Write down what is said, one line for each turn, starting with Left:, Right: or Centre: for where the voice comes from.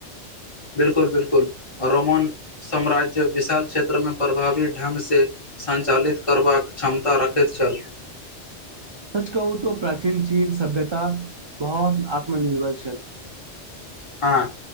Left: बिलकुल बिलकुल रोमन साम्राज्य विशाल क्षेत्रमे प्रभावी ढंग से सञ्चालित करबाक क्षमता रखैत छल।
Right: सच कहू त प्राचीन चीन सभ्यता बहुत आत्मनिर्भरशील
Left: हँ